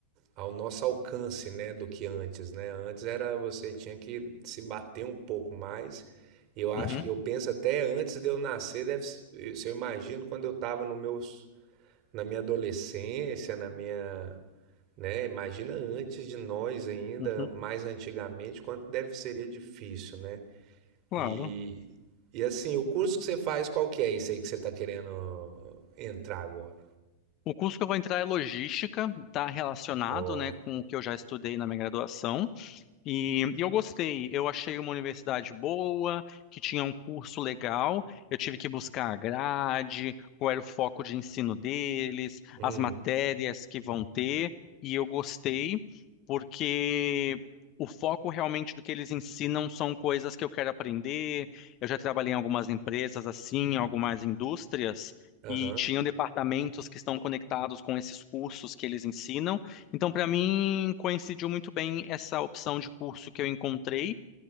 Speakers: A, on the right; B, on the left.
A: ao nosso alcance, né, do que antes, né? Antes era você tinha que se bater um pouco mais. E eu acho
B: Uhum,
A: que eu penso até antes de eu nascer, deve, se eu imagino quando eu estava nos meus na minha adolescência, na minha, né, imagina antes de nós ainda,
B: uhum,
A: mais antigamente, quanto deve seria difícil, né?
B: claro.
A: E e assim, o curso que você faz, qual que é esse aí que você está querendo entrar agora?
B: O curso que eu vou entrar é logística, está relacionado,
A: Ó,
B: né, com o que eu já estudei na minha graduação. E, e eu gostei, eu achei uma universidade boa, que tinha um curso legal. Eu tive que buscar a grade, qual era o foco de ensino deles,
A: hum,
B: as matérias que vão ter, e eu gostei, porque o foco realmente do que eles ensinam são coisas que eu quero aprender. Eu já trabalhei em algumas empresas assim, em algumas indústrias.
A: aham.
B: E tinham departamentos que estão conectados com esses cursos que eles ensinam. Então, para mim, coincidiu muito bem essa opção de curso que eu encontrei,